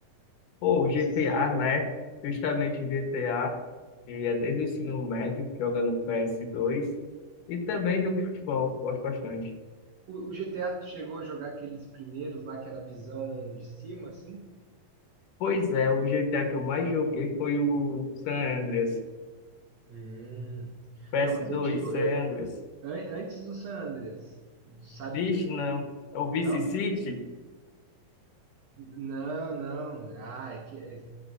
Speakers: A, on the left (about 70°); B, on the right (about 80°).
A: Pô,
B: você
A: GTA,
B: sempre joga?
A: né? Justamente GTA, que é desde o ensino médio, joga no PS2 e também jogo de futebol, gosto bastante.
B: O, o GTA tu chegou a jogar aqueles primeiros lá que era a visão de cima, assim?
A: Pois é, o GTA que eu mais joguei foi o San Andreas,
B: Hum.
A: PS2,
B: Não, mas eu digo
A: San
B: eu-
A: Andreas.
B: an- antes do San Andreas. Sabe
A: Vixe,
B: que.
A: não, é o Vice
B: Não?
A: City?
B: Não, não. Ah, é que é-